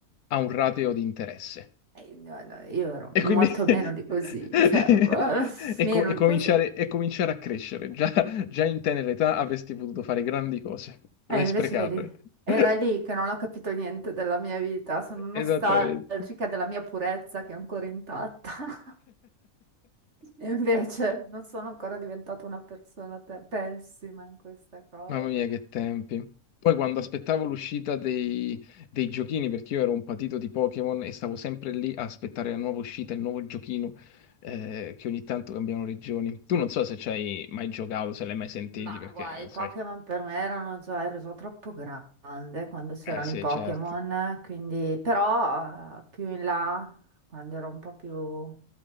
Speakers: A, on the left; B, on the right.
A: a un rateo di interesse.
B: E no, no, io ero
A: E
B: molto
A: quindi <laughs>
B: meno di così, cioè,
A: e,
B: <laughs> meno
A: co- e
B: di
A: cominciare,
B: così. E
A: e cominciare a crescere. Già, già in tenera età avresti potuto fare grandi cose. Le hai
B: invece,
A: sprecate.
B: vedi, era
A: <laughs>
B: lì che non ho capito niente della mia vita, sono nostalgica
A: Esattamente.
B: della mia purezza che è ancora intatta. <laughs> E Invece non sono ancora diventata una persona pe- pessima in questa cosa.
A: Mamma mia, che tempi. Poi quando
B: I
A: aspettavo
B: pe-
A: l'uscita dei, dei giochini, perché io ero un patito di Pokémon e stavo sempre lì a aspettare la nuova uscita, il nuovo giochino, eh, che ogni tanto cambiano regioni. Tu non so se ci hai mai giocato, se l'hai mai sentiti,
B: Ma
A: perché,
B: guai, i
A: eh, sai...
B: Pokémon per me erano già, ero già troppo grande quando c'erano
A: Eh sì,
B: i Pokémon,
A: certo.
B: quindi però eh, più in là, quando ero un po' più,